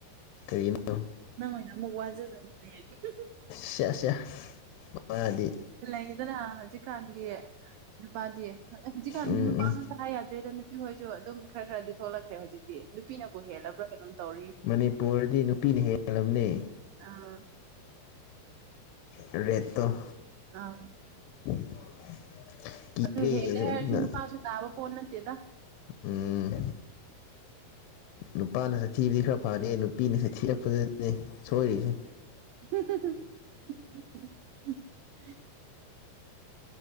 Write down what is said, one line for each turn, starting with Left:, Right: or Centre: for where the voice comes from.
Left: ꯀꯩꯅꯣ
Right: ꯅꯪ ꯑꯣꯢꯅ ꯑꯃꯨꯛ ꯋꯥꯖꯖꯅꯤꯍꯦ <unintelligible>
Left: ꯁꯦ ꯁꯦ ꯋꯥꯗꯤ
Right: ꯂꯩꯌꯦꯗꯅ ꯍꯧꯖꯤꯛꯀꯥꯟꯒꯤ ꯅꯨꯄꯥꯗꯤ ꯑꯦ ꯍꯧꯖꯤꯛꯀꯥꯟꯗꯤ
Left: ꯎꯝ
Right: ꯅꯨꯄꯥ
Left: ꯎꯝ
Right: ꯉꯣꯟꯇꯪ ꯍꯥꯏ ꯌꯥꯗ꯭ꯔꯦꯗ ꯅꯨꯄꯤ ꯍꯣꯏꯖꯨ ꯑꯗꯨꯝ ꯈꯔ ꯈꯔꯗꯤ ꯊꯣꯛꯂꯛꯈ꯭ꯔꯦ ꯍꯧꯖꯤꯛꯇꯤ ꯅꯨꯄꯤꯅꯕꯨ ꯍꯦꯜꯂꯕ꯭ꯔꯥ ꯀꯩꯅꯣꯝ ꯇꯧꯔꯤ
Left: ꯃꯅꯤꯄꯨꯔꯗꯤ ꯅꯨꯄꯤꯅ ꯍꯦꯜꯂꯕꯅꯦ
Right: ꯑꯥ
Left: ꯔꯦꯠ ꯇꯣ
Right: ꯑꯥ
Left: <unintelligible> ꯀꯤꯔꯦ
Right: ꯑꯗꯨ ꯍꯦꯜꯂꯦ ꯍꯥꯏꯔꯁꯨ
Left: ꯑꯗꯨꯅ
Right: ꯅꯨꯄꯥꯁꯨ ꯇꯥꯕ ꯄꯣꯠ ꯅꯠꯇꯦꯗ
Left: ꯎꯝ ꯅꯨꯄꯥꯅ ꯑꯊꯤꯕꯤ ꯈꯔ ꯐꯔꯦ ꯅꯨꯄꯤꯅ ꯊꯤꯔꯛꯄꯗꯅꯦ ꯁꯣꯏꯔꯤꯁꯦ
Right: <unintelligible>